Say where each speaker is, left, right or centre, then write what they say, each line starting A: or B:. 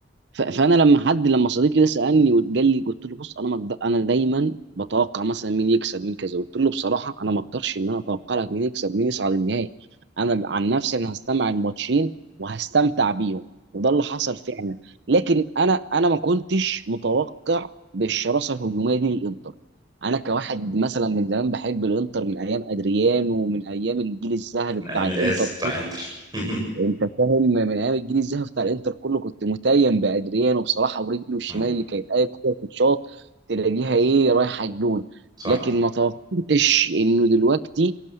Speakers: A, on the right; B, on the right.
A: ف- فانا لما حد لما صديقي ده سالني وقال لي قلت له بص انا ما أقدر- انا دايما بتوقع مثلا مين يكسب مين كذا قلت له بصراحه انا ما اقدرش ان انا اتوقع لك مين يكسب مين يصعد النهائي انا عن نفسي انا هستمع الماتشين وهستمتع بيهم وده اللي حصل فعلا لكن انا انا ما كنتش متوقع بالشراسه الهجوميه دي للانتر انا كواحد مثلا من زمان بحب الانتر من ايام ادريانو ومن ايام الجيل الذهبي
B: من
A: بتاع
B: ايام العز
A: الانتر
B: بتاع انتر <laughs>
A: انت فاهم من ايام الجيل الذهبي بتاع الانتر كله كنت متيم بادريان وبصراحه ورجله الشمال
B: آه،
A: اللي كانت اي كره تتشاط تلاقيها ايه رايحه الجون
B: صح
A: لكن ما توقعتش انه دلوقتي